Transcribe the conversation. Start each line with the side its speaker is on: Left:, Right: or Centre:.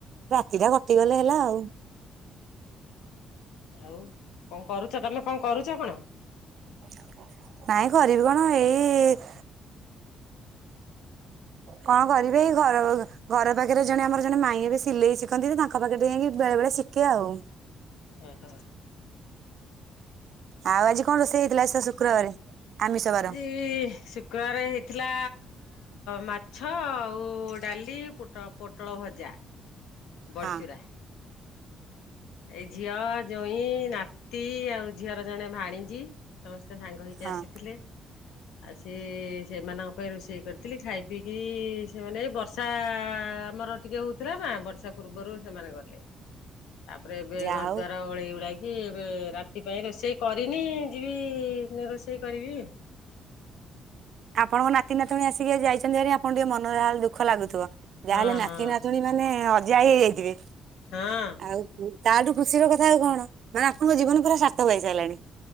Right: ରାତିଟା କଟିଗଲେ
Left: ଓହୋ
Right: ହେଲା ଆଉ।
Left: ଆଉ କଣ କରୁଛ, ତମେ କଣ କରୁଛ କଣ?
Right: <unintelligible> ନାଇଁ କରିବି କଣ ଏଇ। କଣ କରିବି ଏଇ ଘର ଘର? ଘର ପାଖରେ ଜଣେ ଆମର ଜଣେ ମାଇଁ ଏବେ ସିଲେଇ ଶିଖନ୍ତି ତ ତାଙ୍କ ପାଖରେ ଯାଇକି ବେଳେ ବେଳେ ଶିଖେ ଆଉ।
Left: ଓ ହୋ।
Right: ଆଉ ଆଜି କଣ ରୋଷେଇ ହେଇଥିଲା? ଆଜି ତ ଶୁକ୍ରବାର ଆମିଷ ବାର?
Left: ହେ ସୁ ଶୁକ୍ରବାରେ ହେଇଥିଲା ମାଛ ଆଉ ଡାଲି ପୋଟ-ପୋଟଳ ଭଜା। ବଢ଼ି
Right: ହଁ
Left: ଚୁରା। ଏଇ ଝିଅ ଜୋଇଁ ନାତି ଆଉ ଝିଅର ଜଣେ ଭାଣିଜୀ ସମସ୍ତେ ସାଙ୍ଗ। ସାଙ୍ଗ ହେଇକି
Right: ହଁ
Left: ଆସିଥିଲେ। ଆ ସେ ସେମାନଙ୍କ ପାଇଁ ରୋଷେଇ କରିଥିଲି ଖାଇ ପିଇକି ସେମାନେ ଏଇ ବର୍ଷା ଆମର ଟିକେ ହଉଥିଲା ନା ବର୍ଷା ପୂର୍ବରୁ ସେମାନେ ଗଲେ ତାପରେ ଏବେ
Right: ଯା
Left: ଘର
Right: ହଉ
Left: ଦ୍ୱାର ଓଳେଇ ଓଳା କି। କି ଏବେ ରାତି ପାଇଁ ରୋଷେଇ କରିନି ଯିବି ରୋଷେଇ କରିବି।
Right: ଆପଣଙ୍କ ନାତି ନାତୁଣି ଆସିକି ଯାଇଛନ୍ତି ହେରି ଆପଣ ଟିକେ ମନ ଯାହେଲେ ଦୁଃଖ ଲାଗୁଥିବ
Left: ହଁ
Right: ଯାହା ହେଲେ ନାତି
Left: ହଁ
Right: ନାତୁଣୀ। ମାନେ ଅଜା ଆଇ ହେଇଯାଇଥିବେ।
Left: ହଁ।
Right: ଆଉ ତାଠୁ ଖୁସିର କଥା ଆଉ କଣ ମାନେ ଆପଣଙ୍କ ଜୀବନ ପୁରା ସାର୍ଥକ ହେଇ ସାରିଲାଣି।